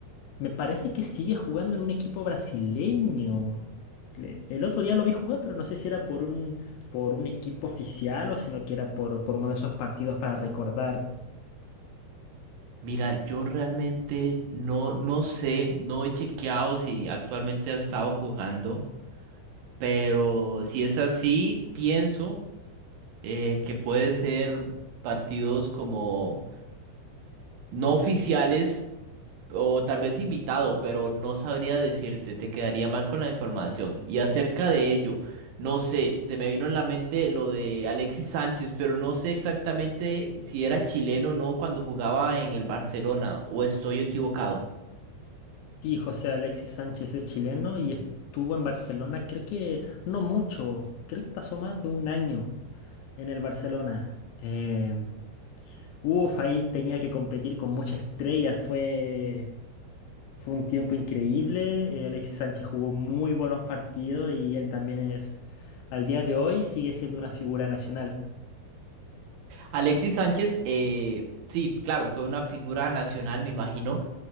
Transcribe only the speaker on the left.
me parece que sigue jugando en un equipo brasileño. Le- El otro día lo vi jugar, pero no sé si era por un, por un equipo oficial o sino que era por, por uno de esos partidos para recordar.
Sí, José Alexis Sánchez es chileno y estuvo en Barcelona, creo que no mucho, creo que pasó más de un año en el Barcelona. Em, uf, ahí tenía que competir con muchas estrellas, fue... Fue un tiempo increíble. eh, Alexis Sánchez jugó muy buenos partidos y él también es, al día de hoy, sigue siendo una figura nacional.